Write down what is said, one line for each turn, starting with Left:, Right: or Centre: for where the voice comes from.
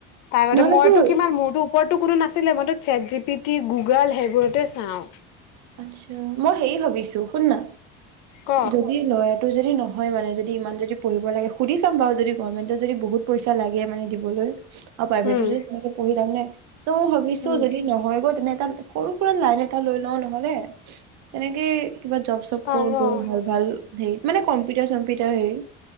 Left: তাৰ আগতে
Right: নহ'লে
Left: মইতো
Right: তোৰ
Left: কিমান মোৰটো মোৰটো কোনো নাছিলে, মইতো chat G P T, Google সেইবোৰতে চাওঁ।
Right: আচ্ছা। মই হেৰি ভাবিছোঁ, শুননা,
Left: ক
Right: যদি লয়াৰ, তোৰ যদি নহয় মানে যদি ইমান যদি পঢ়িব লাগে, সুধি চাম বাৰু যদি গভমেণ্টে যদি বহুত পইচা লাগে মানে দিবলৈ আৰু প্ৰাইভেটত
Left: উম
Right: যদি তেনেকে পঢ়ি যাম নাই, ত' মই ভাবিছোঁ
Left: উম
Right: যদি নহয়গৈ তেনে টা সৰু সুৰা লাইন এটা লৈ লওঁ ন'হলে তেনেকে কিবা জব চব
Left: পাৰ
Right: কৰোঁ দূৰ হয়। ভাল হেৰি, মানে কম্পিউটাৰ চম্পিউটাৰ হেৰি।